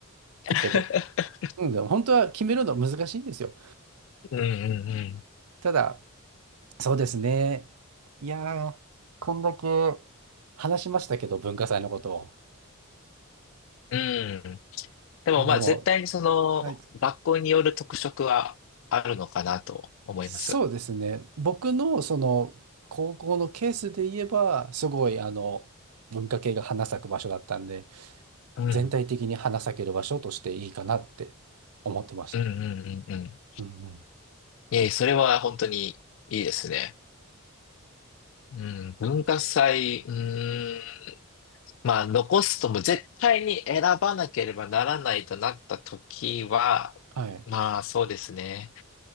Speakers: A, on the left; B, on the right.
A: <laughs>
B: ぶっちゃけ。うん、でも本当は決めるの難しいんですよ。
A: うんうん
B: ただ、そうですね。いやー、こんだけ話しましたけど、文化祭のことを。
A: うん。うん。でもまあ絶対にその学校による特色はあるのかなと思います。
B: いや、でも、はい。そうですね。僕のその高校のケースで言えば、すごいあの文化系が花咲く場所だったんで、
A: うん。
B: 全体的に花咲ける場所としていいかなって思ってましたね。
A: うんうんうんうん。
B: うんうん。
A: いえ、それは本当にいいですね。うん、文化祭、うーん、まあ残すとも絶対に選ばなければならないとなった時は、
B: はい。
A: まあそうですね。